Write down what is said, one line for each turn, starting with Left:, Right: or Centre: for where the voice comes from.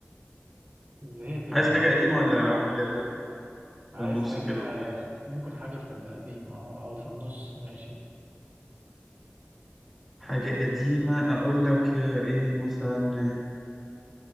Right: زهقت
Centre: <laughs>
Right: من
Centre: عايز حاجه
Right: ال-
Centre: قديمه ولا حاجه
Right: عايز
Centre: في النص
Right: حاجة
Centre: كده ولا إيه؟
Right: ممكن حاجة في القديم أو أو في النص ماشي
Centre: حاجه قديمه اقول لك آه، ايه مثلا